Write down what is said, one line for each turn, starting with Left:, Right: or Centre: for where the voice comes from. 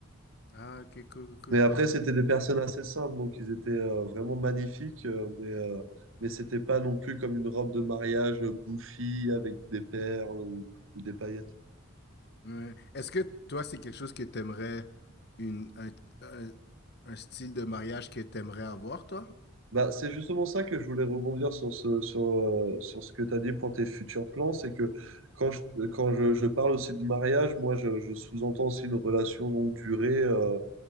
Left: Ah, ok, cool, cool, cool.
Right: Mais après, c'était des personnes assez simples. Donc, ils étaient euh, vraiment magnifiques. euh, mais euh, mais c'était pas non plus comme une robe de mariage euh, bouffie avec des perles ou, ou des paillettes.
Left: Ouais. Est-ce que toi, c'est quelque chose que t'aimerais, une, un, un, un style de mariage que t'aimerais avoir, toi?
Right: Bah, c'est justement ça que je voulais rebondir sur ce, sur, euh, sur ce que tu as dit pour tes futurs plans. C'est que quand je, quand je, je parle aussi de mariage, moi, je, je sous-entends aussi une relation longue durée. euh,